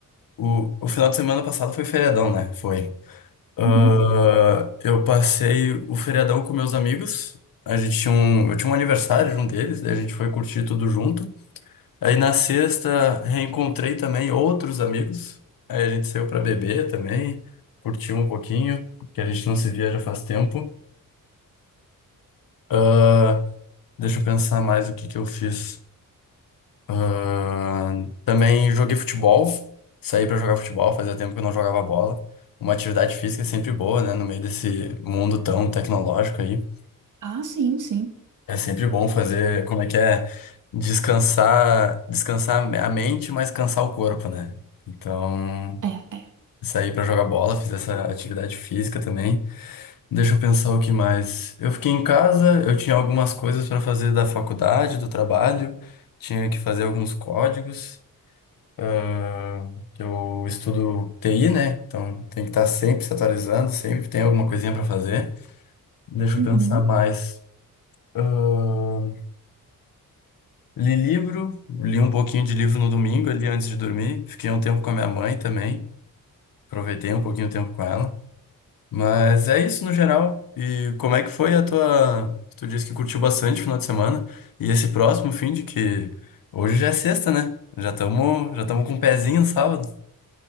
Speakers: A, on the left; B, on the right.
A: o, o final de semana passado foi feriadão, né? Foi. Ah,
B: Uhum.
A: eu passei o feriadão com meus amigos. A gente tinha um, eu tinha um aniversário de um deles, daí a gente foi curtir tudo junto. Aí na sexta reencontrei também outros amigos. Aí a gente saiu para beber também, curtiu um pouquinho, que a gente não se via já faz tempo. Ah, deixa eu pensar mais o que que eu fiz. Ah, também joguei futebol, saí para jogar futebol, fazia tempo que eu não jogava bola. Uma atividade física é sempre boa, né? No meio desse mundo tão tecnológico aí.
B: Ah, sim, sim.
A: É sempre bom fazer, como é que é? Descansar, descansar a mente, mas cansar o corpo, né? Então,
B: É, é.
A: Saí pra jogar bola, fiz essa atividade física também. Deixa eu pensar o que mais. Eu fiquei em casa, eu tinha algumas coisas pra fazer da faculdade, do trabalho, tinha que fazer alguns códigos. ah, eu estudo TI, né? Então tem que estar sempre se atualizando, sempre tem alguma coisinha pra fazer. Deixa
B: Uhum.
A: eu pensar mais. Ah, li livro, li um pouquinho de livro no domingo ali antes de dormir. Fiquei um tempo com a minha mãe também, aproveitei um pouquinho o tempo com ela. Mas é isso no geral. E como é que foi a tua. Tu disse que curtiu bastante o final de semana. E esse próximo fim de que. Hoje já é sexta, né? Já estamos já tamo com o pezinho no sábado.